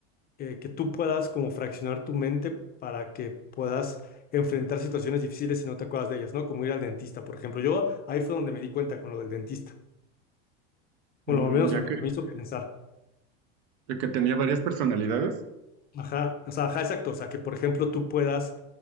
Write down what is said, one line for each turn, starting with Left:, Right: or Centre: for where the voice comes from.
Left: eh, que tú puedas como fraccionar tu mente para que puedas enfrentar situaciones difíciles si no te acuerdas de ellas, ¿no? Como ir al dentista, por ejemplo. Yo ahí fue donde me di cuenta con lo del dentista. Bueno,
Right: Mm,
Left: al menos
Right: ya
Left: lo
Right: que,
Left: que me hizo pensar.
Right: ya que tenía varias personalidades,
Left: Ajá, o sea, ajá, exacto. O sea, que por ejemplo tú puedas